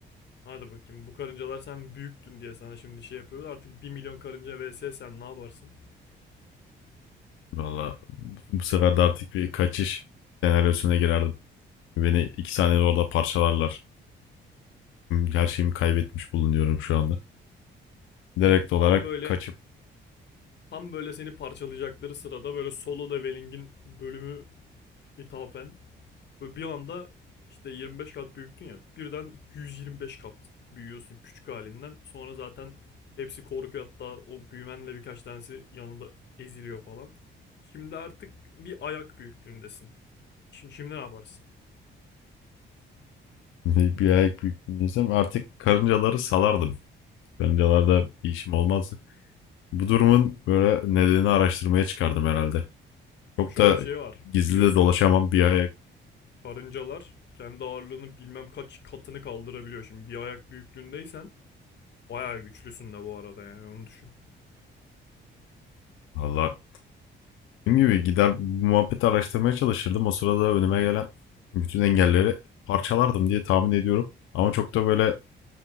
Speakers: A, on the left; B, on the left.
A: Hadi bakayım bu karıncalar sen büyüktün diye sana şimdi şey yapıyorlar. Artık bir milyon karınca vs sen ne yaparsın?
B: Valla bu sefer de artık bir kaçış senaryosuna girerdim. Beni iki saniyede orada parçalarlar. Her şeyimi kaybetmiş bulunuyorum şu anda. Direkt olarak
A: Tam böyle
B: kaçıp
A: Tam böyle seni parçalayacakları sırada böyle solo leveling'in bölümü ithafen böyle bir anda işte 25 kat büyüktün ya birden 125 kat büyüyorsun küçük halinden. Sonra zaten hepsi korkuyor hatta o büyümenle birkaç tanesi yanında eziliyor falan. Şimdi artık bir ayak büyüklüğündesin. Şimdi, şimdi ne yaparsın?
B: <laughs> bir ayak büyüklüğündeysem artık karıncaları salardım. Karıncalarda bir işim olmazdı. Bu durumun böyle nedenini araştırmaya çıkardım herhalde. Çok
A: Şimdi şöyle
B: da
A: bir şey var
B: gizli
A: biliyorsun.
B: de dolaşamam bir ayak.
A: Karıncalar kendi ağırlığının bilmem kaç katını kaldırabiliyor. Şimdi bir ayak büyüklüğündeysen bayağı güçlüsün de bu arada yani onu düşün.
B: Valla Dediğim gibi gider bu muhabbeti araştırmaya çalışırdım. O sırada önüme gelen bütün engelleri parçalardım diye tahmin ediyorum. Ama çok da böyle